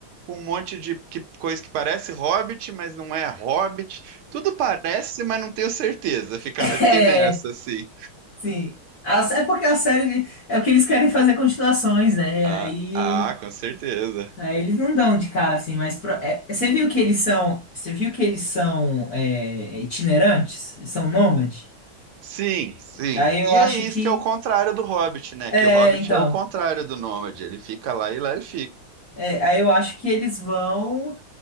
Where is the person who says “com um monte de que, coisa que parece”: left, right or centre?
Right